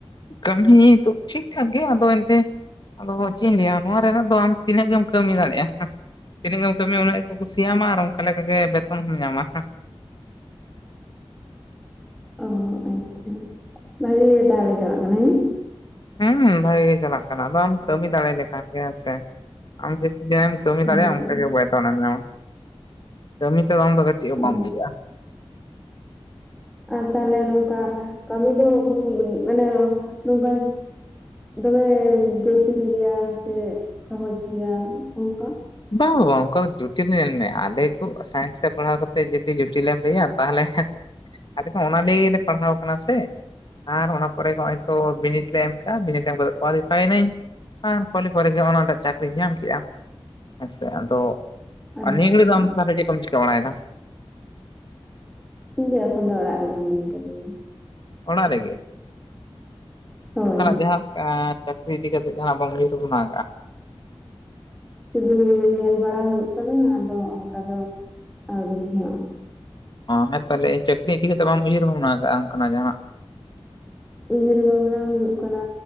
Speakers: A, on the left; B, in the centre.
A: ᱠᱟᱹᱢᱤ ᱫᱚ ᱴᱷᱤᱠ ᱴᱷᱟᱠ ᱜᱮ ᱟᱫᱚ ᱮᱱᱛᱮ ᱟᱫᱚ ᱪᱮᱫ ᱤᱧ ᱞᱟᱹᱭᱟ ᱱᱚᱣᱟ ᱨᱮᱱᱟᱜ ᱫᱚ ᱟᱢ ᱛᱤᱱᱟᱹᱜ ᱜᱮᱢ ᱠᱟᱹᱢᱤ ᱫᱟᱲᱮᱭᱟᱜ-ᱟ ᱛᱤᱱᱟᱹᱜ ᱜᱮᱢ ᱠᱟᱹᱢᱤᱭᱟ ᱩᱱᱟᱹᱜ ᱜᱮ ᱠᱚ ᱠᱩᱥᱤᱭᱟᱢᱟ ᱟᱨ ᱚᱱᱠᱟ ᱞᱮᱠᱟ ᱜᱮ ᱵᱮᱛᱚᱱ ᱦᱚᱢ ᱧᱟᱢᱟ ᱦ
B: ᱚ ᱟᱪᱪᱷᱟ ᱵᱷᱟᱜᱤ ᱜᱮ ᱛᱟᱦᱚᱞᱮ ᱪᱟᱞᱟᱜ ᱠᱟᱱᱟ ᱦᱮᱸ
A: ᱦᱩᱸ ᱵᱷᱟᱜᱤ ᱜᱮ ᱪᱟᱞᱟᱜ ᱠᱟᱱᱟ ᱟᱫᱚ ᱟᱢ ᱠᱟᱹᱢᱤ ᱫᱟᱲᱮ ᱞᱮᱠᱷᱟᱱ ᱜᱮ ᱦᱮᱸᱥᱮ ᱟᱢ ᱠᱟᱹᱢᱤ
B: ᱦᱳᱭ
A: ᱫᱟᱲᱮᱭᱟᱜ-ᱟ ᱚᱱᱠᱟ ᱜᱮ ᱵᱚᱭ ᱫᱟᱱᱮᱢ ᱧᱟᱢᱟ ᱠᱟᱹᱢᱤ ᱛᱮᱫᱚ ᱟᱢ ᱫᱚ ᱠᱟᱹᱴᱤᱡ ᱦᱚᱸ ᱵᱟᱢ
B: ᱚ
A: ᱤᱭᱟᱹᱜ-ᱟ
B: ᱟᱨ ᱛᱟᱦᱚᱞᱮ ᱱᱚᱝᱠᱟ ᱠᱟᱹᱢᱤ ᱫᱚ ᱢᱟᱱᱮ ᱱᱚᱝᱠᱟ ᱫᱚᱢᱮ ᱡᱚᱴᱤᱞ ᱜᱮᱭᱟ ᱥᱮ ᱥᱚᱦᱚᱡᱽ ᱜᱮᱭᱟ ᱚᱱᱠᱟ
A: ᱵᱟᱝ ᱵᱟ-ᱵᱟ ᱚᱱᱠᱟ ᱫᱚ ᱡᱩᱴᱤ ᱧᱮᱞ ᱢᱮ ᱟᱞᱮ ᱱᱤᱛᱚᱜ ᱥᱟᱭᱮᱱᱥ ᱨᱮ ᱯᱟᱲᱦᱟᱣ ᱠᱟ ᱠᱟᱛᱮᱫ ᱡᱩᱫᱤ ᱡᱩᱴᱤᱞᱮᱢ ᱞᱟᱹᱭᱟ ᱛᱟᱦᱚᱞᱮ ᱟᱞᱮ ᱢᱟ ᱚᱱᱟ ᱞᱟᱹᱜᱤᱫ ᱞᱮ ᱯᱟᱲᱦᱟᱣ ᱠᱟᱱᱟ ᱥᱮ ᱟᱨ ᱚᱱᱟ ᱯᱚᱨᱮ ᱱᱚᱜᱼᱚᱭ ᱛᱚ ᱵᱤᱱᱤᱰ ᱞᱮ ᱮᱢ ᱠᱮᱜ-ᱟ ᱵᱤᱱᱤᱰ ᱮᱢ ᱠᱟᱛᱮᱫ ᱠᱳᱣᱟᱞᱤᱯᱷᱟᱭᱮᱱᱟᱹᱧ ᱟᱨ ᱯᱚᱞᱤ ᱯᱚᱨᱮᱜ ᱜᱮ ᱚᱱᱟᱴᱟᱜ ᱪᱟᱹᱠᱨᱤᱧ ᱧᱟᱢ ᱠᱮᱫᱮᱜ-ᱟ ᱟᱪᱥᱮ ᱟᱫᱚ
B: ᱟᱪᱪᱷᱟ
A: ᱱᱤᱭᱟᱹ ᱜᱦᱟᱹᱲᱤᱡ ᱫᱚ ᱟᱢ ᱪᱮᱫ ᱠᱚᱢ ᱪᱤᱠᱟᱹ ᱵᱟᱲᱟᱭᱮᱫᱟ
B: ᱤᱧ ᱫᱚ ᱮᱠᱷᱚᱱ ᱫᱚ ᱚᱲᱟᱜ ᱨᱮᱜᱮ ᱢᱤᱱᱟᱹᱧ ᱠᱟᱫᱤᱧᱟ
A: ᱚᱲᱟᱜ ᱨᱮᱜᱮ
B: ᱦᱳᱭ
A: ᱚᱱᱠᱟᱱᱟᱜ ᱡᱟᱦᱟᱸ ᱪᱟᱹᱠᱨᱤ ᱤᱫᱤ ᱠᱟᱛᱮ ᱡᱟᱦᱱᱟᱜ ᱵᱟᱝ ᱩᱦᱟᱹᱨ ᱵᱷᱟᱵᱱᱟ ᱠᱟᱜ-ᱟ
B: ᱥᱩᱫᱩ ᱧᱮᱞ ᱵᱟᱲᱟ ᱦᱩᱭᱩᱜ ᱠᱟᱱᱟ ᱟᱫᱚ ᱚᱱᱠᱟ ᱫᱚ ᱟᱹᱣᱨᱤ ᱦᱚᱸ
A: ᱚ ᱦᱮᱸ ᱛᱚ ᱞᱟᱹᱭᱤᱧ ᱪᱟᱹᱠᱨᱤ ᱤᱫᱤ ᱠᱟᱛᱮ ᱵᱟᱢ ᱩᱭᱦᱟᱹᱨ ᱦᱚᱸ ᱵᱷᱟᱵᱱᱟ ᱠᱟᱜ-ᱟᱢ ᱠᱟᱱᱟ ᱡᱟᱦᱟᱱᱟᱜ
B: ᱩᱭᱦᱟᱹᱨ ᱵᱷᱟᱵᱱᱟ ᱦᱩᱭᱩᱜ ᱠᱟᱱᱟ